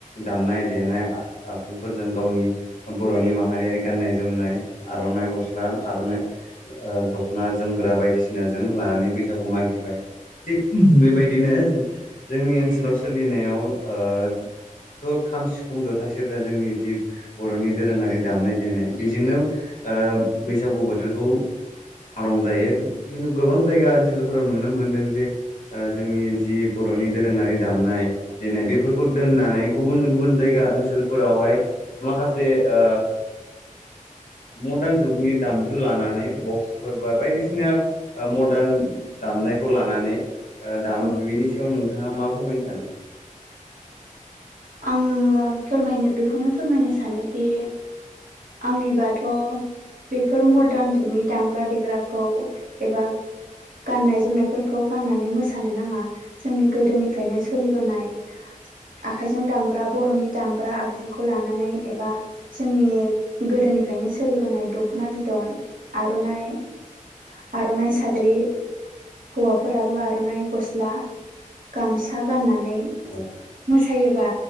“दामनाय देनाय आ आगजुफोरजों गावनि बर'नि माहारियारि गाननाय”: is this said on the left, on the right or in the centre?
Left